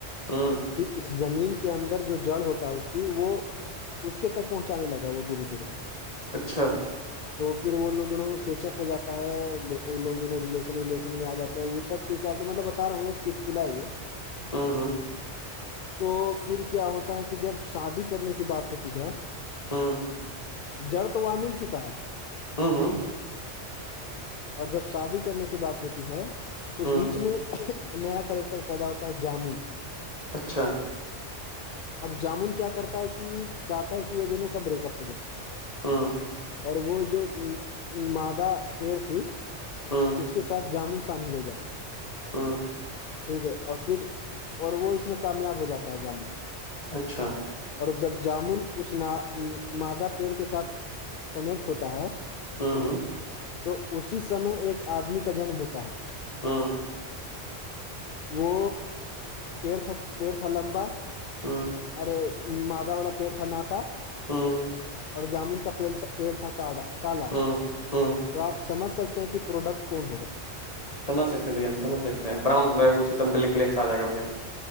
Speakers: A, on the left; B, on the left.
A: ہاں
B: اس زمین کے اندر جو جڑ ہوتا ہے اس کی وہ اس کے تک پہنچانے لگا وہ دھیرے دھیرے
A: اچھا
B: تو پھر وہ لوگ دونوں میں پیچ اپ ہو جاتا ہے وہ لوگونوں ریشن ولیشن میں آ جاتے ہیں وہ سب کے حساب سے مطلب بتا رہا ہوں ایک چٹکلا ہے یہ
A: ہاں ہاں
B: تو پھر کیا ہوتا ہے کہ جب شادی کرنے کی بات ہوتی ہے
A: ہاں <unintelligible>
B: جڑ تو وہاں مل چکا ہے
A: ہوں ہوں
B: اور جب شادی کرنے کی بات ہوتی ہے تو
A: ہوں
B: بیچ میں ایک نیا کرریکٹر پیدا ہوتا ہے جامن
A: اچھا
B: اب جامن کیا کرتا ہے کہ چاہتا ہے کہ یہ دونوں کا بریک اپ ہو جائے
A: ہوں
B: اور وہ جو مادہ پیڑ تھی
A: ہاں
B: اس کے ساتھ جامن شامل ہو جائے
A: ہاں
B: ٹھیک ہے اور پھر اور وہ اس میں کامیاب ہو جاتا ہے جموں
A: اچھا
B: اور جب جامن اس مادہ پیڑ کے ساتھ کنیکٹ ہوتا ہے
A: ہاں ہاں
B: تو اسی سمے ایک آدمی کا جنم ہوتا ہے
A: ہاں
B: وہ پڑ پیڑ تھا لمبا
A: ہاں
B: ارے مدا والا پیڑ تھا ناٹا
A: ہاں <unintelligible>
B: اور جامن کا پیل پیڑ تھا کاڈا کالا
A: ہاں ہاں
B: تو آ سمجھ سکتے ہیں کہ پروڈکٹ کون ہوگا
A: سجھ ستے ہیںھیا ہم سج ستے ہیں بران کلر کچ ایک دم بلیک بلیک سے آ جائےا بھیا